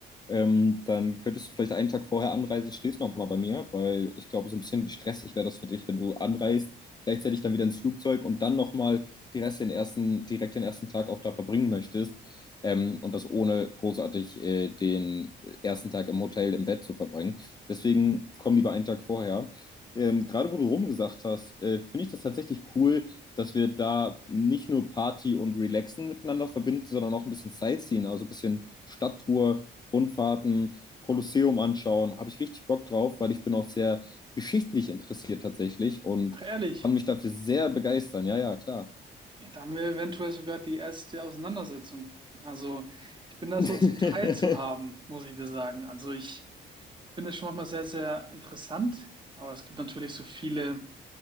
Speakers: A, on the left; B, on the right.
A: Ähm, dann könntest du vielleicht einen Tag vorher anreisen, stehst noch mal bei mir, weil ich glaube, so ein bisschen stressig wäre das für dich, wenn du anreist, gleichzeitig dann wieder ins Flugzeug und dann noch mal die Rest den ersten, direkt den ersten Tag auch da verbringen möchtest. Ähm, und das ohne großartig äh, den ersten Tag im Hotel im Bett zu verbringen. Deswegen komm lieber einen Tag vorher. Ähm, gerade wo du rumgesagt hast, äh, finde ich das tatsächlich cool dass wir da nicht nur Party und Relaxen miteinander verbinden, sondern auch ein bisschen Sightseeing, also ein bisschen Stadttour, Rundfahrten, Kolosseum anschauen. Habe ich richtig Bock drauf, weil ich bin auch sehr geschichtlich interessiert tatsächlich und
B: Ach ehrlich,
A: kann mich dafür sehr begeistern. Ja, ja, klar.
B: ja, da haben wir eventuell sogar die erste Auseinandersetzung. Also ich bin da
A: <laughs>
B: so zum Teil zu haben, muss ich dir sagen. Also ich finde es schon manchmal sehr, sehr interessant, aber es gibt natürlich so viele